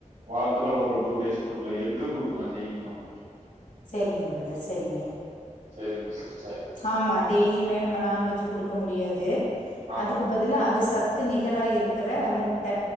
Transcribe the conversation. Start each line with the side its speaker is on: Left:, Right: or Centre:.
Right: வாரத்துல ஒரு டூ டேஸ் குடுக்கலா எஃக்கு குடுக்கலா டெய்லியும்
Left: சரிங்க பிரதர் சரிங்க
Right: சரிங்க சிஸ்டர்
Left: ஆமா டெய்லியுமே நம்ம நான்வெஜ்ஜும் குடுக்க முடியாது
Right: ஆமாங்
Left: அதுக்கு பதிலா அது சத் க்கு நிகர இருக்கிற முட்ட